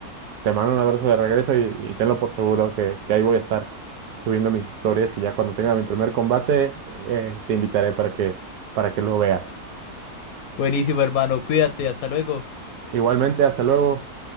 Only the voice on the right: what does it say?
Te mando un abrazo de regreso y, y tenlo por seguro que, que ahí voy a estar subiendo mis historias y ya cuando tenga mi primer combate eh, te invitaré para que, para que lo veas.
Igualmente, hasta luego.